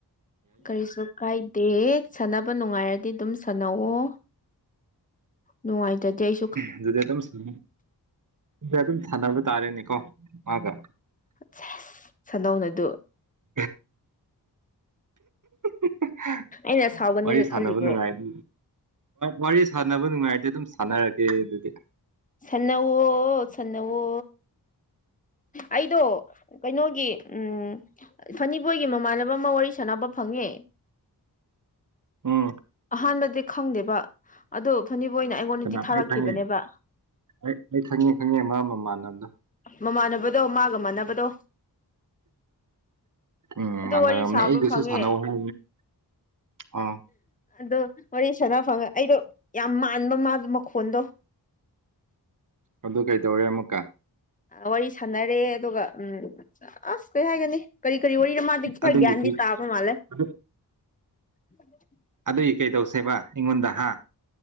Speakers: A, on the left (about 20°); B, on the right (about 50°).
A: ꯀꯔꯤꯁꯨ ꯀꯥꯏꯗꯦ ꯁꯥꯟꯅꯕ ꯅꯨꯡꯉꯥꯏꯔꯗꯤ ꯑꯗꯨꯝ ꯁꯥꯟꯅꯧꯑꯣ ꯅꯨꯡꯉꯥꯏꯖꯗꯦ
B: ꯑꯗꯨꯗꯤ ꯑꯗꯨꯝ ꯑꯗꯨ ꯑꯗꯨꯝ ꯁꯥꯟꯅꯕ ꯇꯥꯔꯦꯅꯦꯀꯣ ꯃꯥꯒ
A: ꯁꯦꯁ ꯁꯟꯗꯧꯅ ꯑꯗꯨ
B: <inaudible> <inaudible>
A: ꯑꯩꯅ ꯁꯥꯎꯒꯅꯤꯒ
B: ꯋꯥꯔꯤ ꯁꯥꯟꯅꯕ
A: ꯈꯜꯂꯤꯕ꯭ꯔꯣ
B: ꯅꯨꯡꯉꯥꯏ ꯑꯗꯨ ꯋꯥꯔꯤ ꯁꯥꯟꯅꯕ ꯅꯨꯡꯉꯥꯏꯔꯗꯤ ꯑꯗꯨꯝ ꯁꯥꯟꯅꯔꯒꯦ ꯑꯗꯨꯗꯤ
A: ꯁꯅꯋꯣ ꯁꯅꯋꯣ ꯑꯩꯗꯣ ꯀꯩꯅꯣꯒꯤ ꯎꯝ ꯐꯅꯤꯕꯣꯏꯒꯤ ꯃꯃꯥꯟꯅꯕ ꯑꯃ ꯋꯥꯔꯤ ꯁꯥꯟꯅꯕ ꯐꯪꯉꯦ
B: ꯎꯝ
A: ꯑꯍꯥꯟꯕꯗꯤ ꯈꯪꯗꯦꯕ ꯑꯗꯨ ꯐꯅꯤꯕ ꯑꯣꯏꯅ ꯑꯩꯉꯣꯟꯗꯗꯤ
B: ꯀꯅꯥ
A: ꯊꯥꯔꯛꯈꯤꯕꯅꯦꯕ
B: ꯑꯩ ꯈꯪꯉꯦ ꯑꯩ ꯑꯩ ꯈꯪꯉꯦ ꯈꯪꯉꯦ ꯃꯥ ꯑꯃ ꯃꯥꯟꯅꯕꯗ
A: ꯃꯃꯥꯟꯅꯕꯗꯣ ꯃꯥꯒ ꯃꯥꯟꯅꯕꯗꯣ
B: ꯎꯝ
A: ꯑꯗꯨ
B: ꯃꯥꯟꯔ
A: ꯋꯥꯔꯤ ꯁꯥꯕ
B: ꯑꯩꯒꯁꯨ
A: ꯐꯪꯉꯦ
B: ꯁꯅꯕꯨ ꯍ ꯑ
A: ꯑꯗꯣ ꯋꯥꯔꯤ ꯁꯅꯥ ꯐꯪꯉꯦ ꯑꯩꯗꯣ ꯌꯥꯝ ꯃꯥꯟꯕ ꯃꯥꯗꯣ ꯃꯈꯣꯟꯗꯣ
B: ꯑꯗꯨ ꯀꯩꯗꯧꯔꯦ ꯑꯃꯨꯛꯀ
A: ꯋꯥꯔꯤ ꯁꯥꯟꯅꯔꯦ ꯑꯗꯨꯒ ꯎꯝ ꯑꯁ ꯀꯩ ꯍꯥꯏꯒꯅꯤ ꯀꯔꯤ ꯀꯔꯤ ꯋꯥꯔꯤꯔꯤ ꯔꯃꯥꯗ ꯊꯔ
B: ꯑꯗꯨꯒꯤ
A: ꯌꯥꯗꯤ ꯇꯥꯄꯃꯜ
B: ꯑ
A: ꯎ
B: ꯑꯗꯨꯏ ꯀꯩ ꯇꯧꯁꯦꯕ ꯑꯩꯉꯣꯟꯗ ꯍꯥ